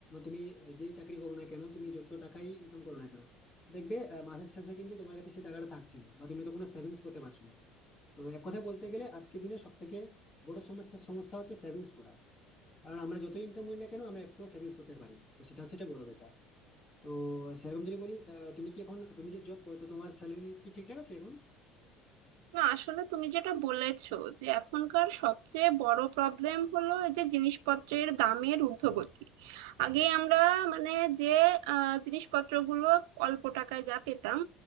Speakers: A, on the left; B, on the right.
A: তুমি যেই চাকরি করো না কেন তুমি যত টাকাই ইনকাম করো না কেন দেখবে আহ, মাসের শেষে কিন্তু তোমার কাছে সেই টাকাটা থাকছে না বা তুমি তো কোনো সেভিংস করতে পারছো না তো এক কথায় বলতে গেলে আজকের দিনে সব থেকে বড় সমস্যা সমস্যা হচ্ছে সেভিংস করা কারণ আমরা যতই ইনকাম করি না কেন আমরা একটু সেভিংস করতে পারি না তো সেটা হচ্ছে একটা বড় ব্যাপার তো সেরকম যদি বলি আহ, তুমি কি এখন তুমি যে জব করো তো তোমার স্যালারি কি ঠিকঠাক আছে এখন
B: না আসলে তুমি যেটা বলেছো যে এখনকার সবচেয়ে বড় প্রবলেম হলো এই যে জিনিসপত্রের দামের ঊর্ধ্বগতি আগে আমরা মানে যে আহ, জিনিসপত্রগুলো অল্প টাকায় যা পেতাম